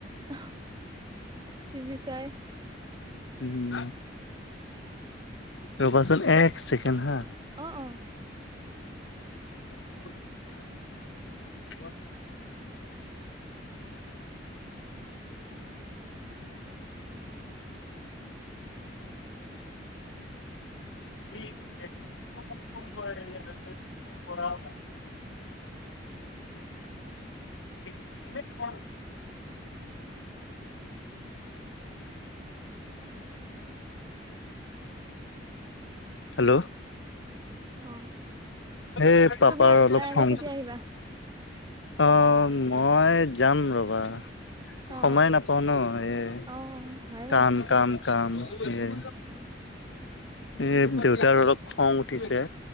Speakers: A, on the right; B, on the left.
A: অঃ, টিভি চাই।
B: উম, ৰবাচোন এক চেকেণ্ড হা।
A: অ অ।
B: <unintelligible> হ <unintelligible>
A: ন <unintelligible>
B: <inaudible> <unintelligible> <unintelligible> <unintelligible> হেল্ল'।
A: অ
B: এ পাপাৰ
A: তুমি ইয়ালে
B: অলপ খং
A: কেতিয়া আহিবা
B: অহ মই যাম ৰ'বা,
A: অ
B: সময় নাপাওঁ ন এই
A: অ হয়
B: কাম, কাম, কাম, এই
A: অ
B: এই দেউতাৰ অলপ খং উঠিছে